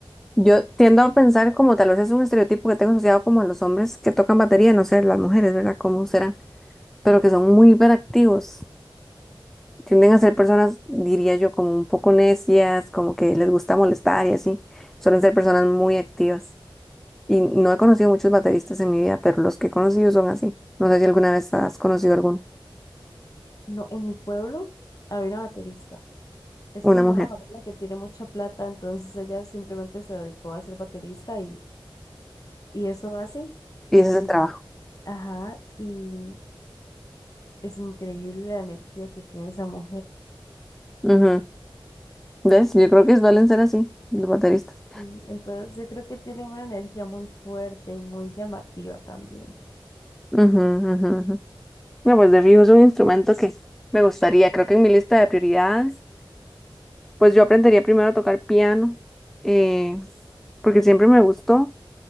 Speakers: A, in the centre; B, on the left (about 40°).
A: Yo tiendo a pensar como tal vez es un estereotipo que tengo asociado como a los hombres que tocan batería, no sé, las mujeres, ¿verdad? ¿Cómo será? Pero que son muy hiperactivos. tienden a ser personas, diría yo, como un poco necias, como que les gusta molestar y así. Suelen ser personas muy activas. Y no he conocido muchos bateristas en mi vida, pero los que he conocido son así. No sé si alguna vez has conocido alguna,
B: No, en mi pueblo había una baterista. Es
A: una
B: como
A: mujer.
B: una familia que tiene mucha plata, entonces ella simplemente se dedicó a ser baterista y, y eso hace.
A: Y
B: Y,
A: ese es el trabajo.
B: ajá, y es increíble la energía que tiene esa mujer.
A: Ujú. ¿Ves? Yo creo que suelen ser así, los bateristas.
B: Sí, Entonces yo creo que tienen una energía muy fuerte y muy llamativa también.
A: Ujú, ujú, ujú. No, pues de fijo es un instrumento que me gustaría. Creo que en mi lista de prioridades, pues yo aprendería primero a tocar piano, eh, porque siempre me gustó.